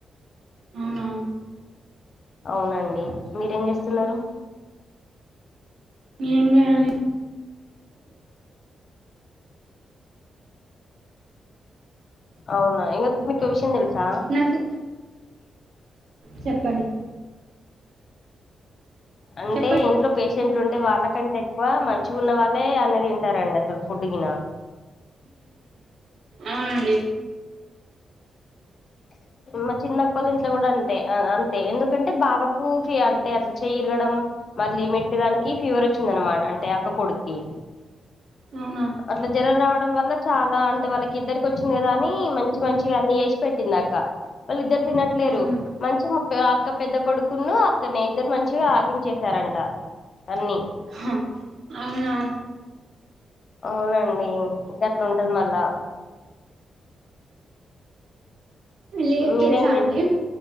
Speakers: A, on the right; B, on the left.
A: అవునా
B: అవునండి. మీరేం చేస్తున్నరు?
A: ఏం లే అండి
B: అవునా ఇంగ మీకో విషం తెలుసా?
A: నసూ చెప్పండి
B: అంటే
A: చెప్పండి
B: ఇంట్లో పేష్ షెంట్లు ఉంటే వాళ్ళకంటే ఎక్కువ మంచిగ ఉన్న వాళ్ళే అన్ని తింటారండి అసల్. ఫుడ్ గినా
A: అవునండి
B: మా చిన్నకొళ్ళ ఇంట్ల కూడ అంతే ఆ అంతే, ఎందుకంటే బావకు ఫి అంటే అట్ల చెయ్ ఇరగడం మళ్ళీ మిడ్ గానికి ఫీవర్ వచ్చిందనమా అంటే అక్క కొడుక్కి
A: అవునా
B: అట్ల జ్వరం రావడం వల్ల చాలా అంటే వాళ్ళకి ఇద్దరికి వచ్చింది కదా అని మంచి మంచిగ అన్ని చేసి పెట్టింది అక్క. వాళ్ళు ఇద్దరు తినట్లేరు
A: అవును.
B: మంచి ముప్పే ఆ అక్క పెద్ద కొడుకును అక్కనే ఇద్దరు మంచిగా వాకింగ్ చేసారంట అన్నీ
A: హ. అవునా
B: అవునండి గట్ల ఉంటది మళ్ళా
A: లే
B: మీరేం
A: తెలుసా
B: చే
A: అండి